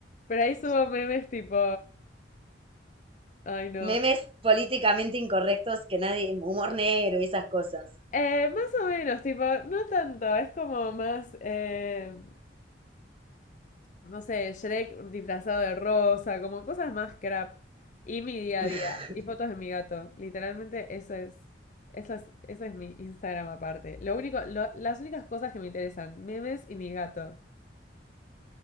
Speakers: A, on the left (about 40°); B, on the right (about 30°).
A: Pero ahí subo memes tipo, ay no.
B: Memes políticamente incorrectos que nadie, humor negro y esas cosas.
A: Eh, más o menos, tipo, no tanto, es como más em, no sé, Shrek disfrazado de rosa, como cosas más crap. Y mi día
B: <laughs>
A: a día, y fotos de mi gato. Literalmente eso es, eso es, eso es mi Instagram aparte. Lo único, lo- las únicas cosas que me interesan, memes y mi gato.